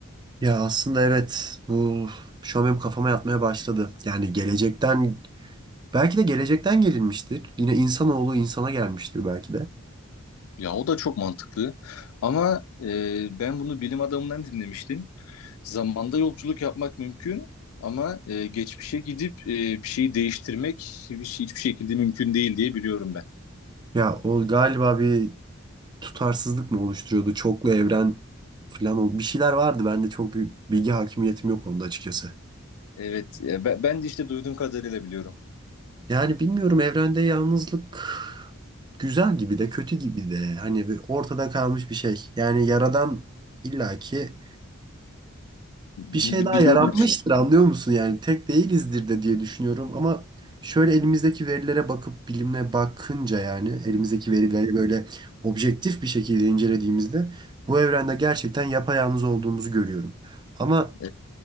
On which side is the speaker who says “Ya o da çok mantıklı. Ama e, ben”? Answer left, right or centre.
Left